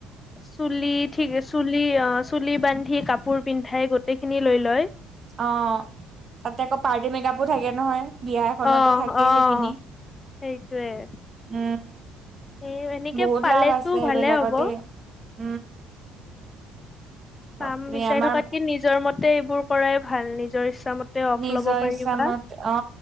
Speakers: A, on the left; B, on the right.
A: চুলি ঠিক চুলি অ চুলি বান্ধি কাপোৰ পিন্ধাই গোটেইখিনি লৈ লয়।
B: অ তাতে আকৌ পাৰ্টি মেকাপো থাকে নহয়। বিয়া এখনতো
A: অ',
B: থাকে
A: অ',
B: সেইখিনি,
A: সেইটোৱে।
B: উম।
A: উম, এনেকে
B: বহুত
A: পালেতো
B: লাভ আছে সেইবিলাকত
A: ভালে হ'ব।
B: দেই উম। বাপৰে
A: কাম বিচাৰি
B: আমাৰ
A: থকাতকে নিজৰ মতে এইবোৰ কৰাই ভাল নিজৰ ইচ্ছা মতে অফ
B: নিজৰ
A: ল'ব পাৰিবা।
B: ইচ্ছামতে অ